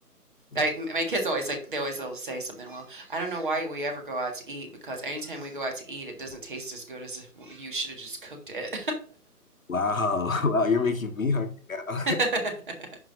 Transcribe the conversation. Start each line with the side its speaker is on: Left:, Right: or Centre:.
Left: yeah.
Right: I, my kids always like they always will say something. Well, I don't know why we ever go out to eat because anytime we go out to eat, it doesn't taste as good as if you should have just cooked it.
Left: Wow. <laughs> Wow. You're making me hungry now. <laughs>
Right: <laughs>